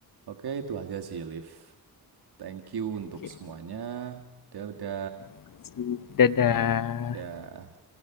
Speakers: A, on the right; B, on the left.
A: Oke, itu aja sih, Liv. Thank you untuk
B: oke
A: semuanya. Udah, udah,
B: Okay. dadah
A: udah.